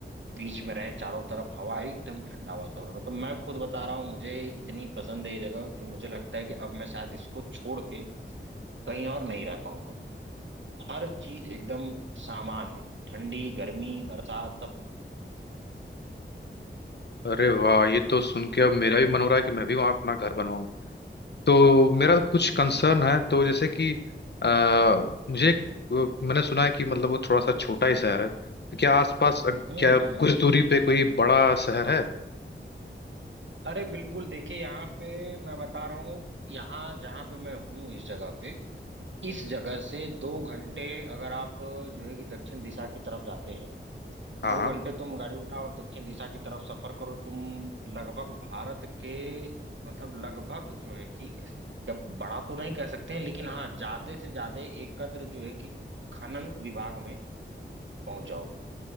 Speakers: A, on the right; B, on the left.
A: बीच में रहे चारों तरफ हवा है, एकदम ठंडा वातावरण मतलब मैं खुद बता रहा हूँ मुझे इतनी पसंद है ये जगह कि मुझे लगता है कि अब मैं शायद इसको छोड़ के कहीं और नहीं रह पाऊंगा हर चीज एकदम सामान्य ठंडी गर्मी बरसात सब
B: अरे वाह ये तो सुन के अब मेरा भी मन हो रहा है कि मैं भी वहां अपना घर बनवाऊं तो मेरा कुछ कंसर्न है तो जैसे कि आ, मुझे एक- मैंने सुना है कि मतलब वो थोड़ा सा छोटा ही शहर है तो क्या आसपास अ,
A: हम्म
B: क्या
A: हम्म
B: कुछ
A: हम्म।
B: दूरी पे कोई बड़ा शहर है
A: अरे बिल्कुल देखिए यहाँ पे मैं बता रहा हूँ यहाँ जहाँ पे मैं हूँ इस जगह पे इस जगह से दो घंटे अगर आप जो है कि दक्षिण दिशा की तरफ जाते हैं
B: हाँ
A: दो
B: हाँ
A: घंटे तुम गाड़ी उठाओ और दक्षिण दिशा की तरफ सफर करो तुम लगभग भारत के मतलब लगभग जो है कि कब- बड़ा तो नहीं कह सकते हैं लेकिन हाँ ज्यादा से ज्यादा एक कद्र जो है कि खनन विभाग में पहुंच जाओगे